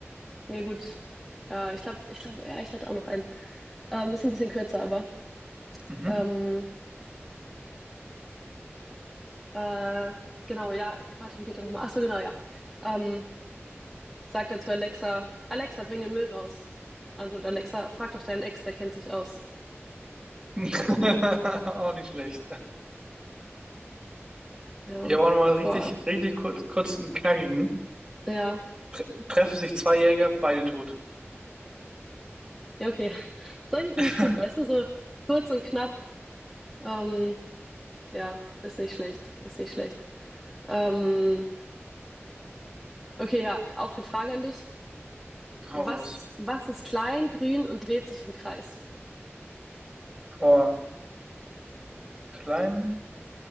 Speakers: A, in the centre; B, on the right (about 20°).
A: ja gut. Äh, ich glaube, ich glaube, ja, ich hätte auch noch einen. Ähm, ist ein bisschen kürzer, aber
B: Mhm.
A: ähm, äh, genau, ja, warte, wie geht der nochmal? Ach so, genau, ja. Ähm, sagt er zu Alexa, Alexa, bring den Müll raus. Antwortet Alexa, frag doch deinen Ex, der kennt sich aus.
B: <laughs> Auch nicht schlecht.
A: Ja,
B: Ich habe auch nochmal richtig,
A: boah,
B: richtig kurz, kurz einen knackigen.
A: ja,
B: Tre treffen sich zwei Jäger, beide tot.
A: ja, okay. <laughs> Solche finde
B: <laughs>
A: ich gut, weißt du, so kurz und knapp. Ähm, ja, ist nicht schlecht, ist nicht schlecht. Ähm, Okay, ja, auch eine Frage an dich.
B: Hau
A: Was,
B: raus.
A: was ist klein, grün und dreht sich im Kreis?
B: Oh, klein,